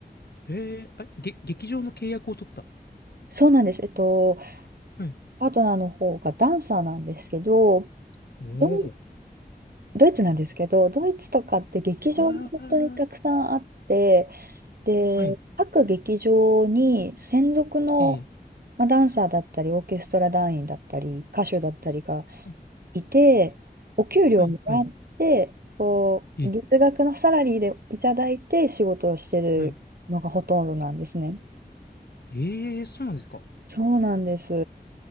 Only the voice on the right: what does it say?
そうなんです。えっと、
パートナーの方がダンサーなんですけど、
どうドイツなんですけど、ドイツとかって劇場が本当にたくさんあって、
で、
各劇場に専属の、
まあ、ダンサーだったり、オーケストラ団員だったり、歌手だったりが
いて、お給料をもらって、
こう、
月額のサラリーでいただいて仕事をしてるのがほとんどなんですね。
そうなんです。